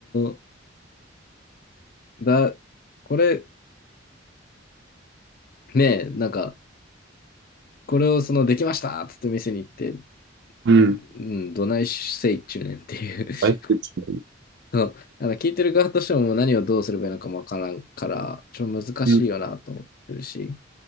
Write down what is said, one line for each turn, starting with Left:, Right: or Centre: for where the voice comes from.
Left: ーだ、これ、ねえ、なんか、これをその、できましたっつって店に行って、
Right: うん。
Left: うん、うんどないせいっちゅうねんっていう <laughs>
Right: はい。
Left: その、あの、聞いてる側としてももう何をどうすればいいのかもわからんから、ちょっと難しいよなと思ってるし。
Right: うん。